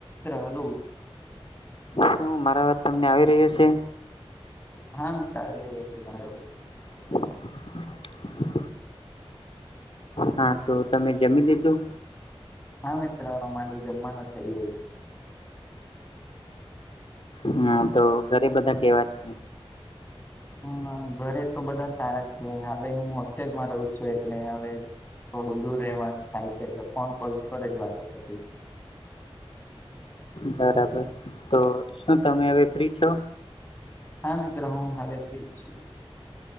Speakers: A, on the left (about 20°); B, on the left (about 60°).
A: અ hello
B: શું મારા વાત તમને આવી રહ્યો છે.
A: હા હ તાજ રહી જ છ છે તમારે
B: <inaudible> હા તો તમે જમી દીધું
A: હા મિત્ર મારું જમવાનું થઈ ગયું છે.
B: હમ તો ઘરે બધા કેવા છે
A: હ ઘરે તો બધા સારા છે હાલે હું હોસ્ટેલમાં રહ છું એક એટલે હવે થોડું દૂર રહેવાનું થાય છે એટલે ફોન કોલ્સ પર જ વાતો કરતી
B: બરાબર તો શું તમે હવે ફ્રી છો
A: હા મિત્ર હું હાલે ફ્રી છું